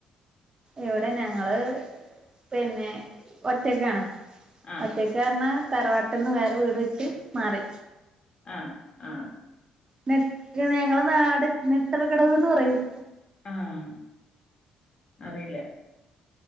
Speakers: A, on the right; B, on the left.
A: ഇവിടെ ഞങ്ങള് പിന്നെ ഒറ്റക്കാണ്
B: ആഹ്
A: ഒറ്റക്ക് പറഞ്ഞാ തറവാട്ടന്ന് വേറെ വീട് വെച്ച്ു മാറി
B: ആഹ ആഹ
A: ന ഞങ്ങളെ നാട് നെട്ടറ കടവ് ന്ന് പറയും
B: ആഹ അറിയില്ല